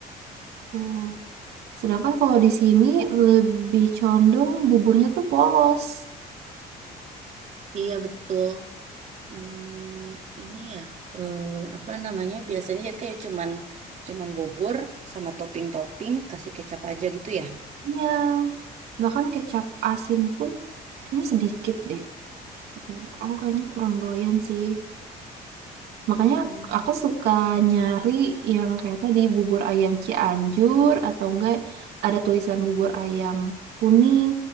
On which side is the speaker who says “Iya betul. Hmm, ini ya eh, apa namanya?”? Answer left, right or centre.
Right